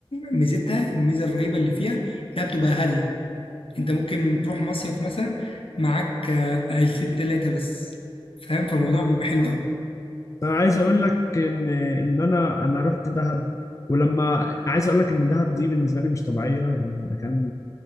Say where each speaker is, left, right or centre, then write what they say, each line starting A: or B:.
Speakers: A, on the left; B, on the left.
A: ميزتها الميزه الرهيبه اللي فيها انها بتبقى هاديه انت ممكن تروح مصيف مثلا معاك آه، عيلتين تلاتة بس فاهم فالموضوع بيبقى حلو قوي
B: انا عايز اقول لك ان ان انا انا رحت دهب ولما عايز اقول لك ان دهب دي بالنسبه لي مش طبيعيه يعني مكان